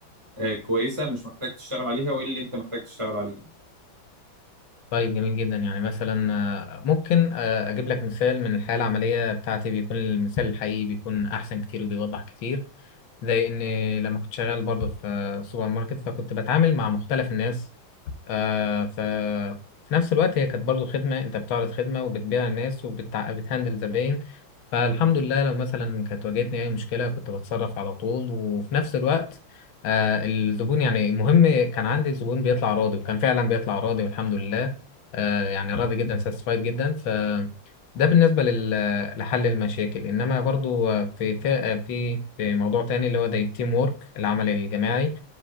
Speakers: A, on the right (about 15°); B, on the left (about 80°).
A: آه، كويسة مش محتاج تشتغل عليها وإيه اللي أنت محتاج تشتغل عليه
B: طيب جميل جدا يعني مثلا آه، ممكن آه، اجيب لك مثال من الحياه العمليه بتاعتي بيكون المثال الحقيقي بيكون احسن كتير وبيوضح كتير زي ان لما كنت شغال برضه في سوبر ماركت فكنت بتعامل مع مختلف الناس آه، ف في نفس الوقت هي كانت برضه خدمه انت بتعرض خدمه وبتبيع الناس وبتهندل زباين فالحمد لله لو مثلا كانت واجهتني اي مشكله كنت بتصرف على طول وفي نفس الوقت آه الزبون يعني المهم كان عندي الزبون بيطلع راضي وكان فعلا بيطلع راضي والحمد لله آه، يعني راضي جدا ساتسفايد جدا ف ده بالنسبة لل- لحل المشاكل إنما برضو في في في في موضوع تاني اللي هو زي التيم وورك العمل الجماعي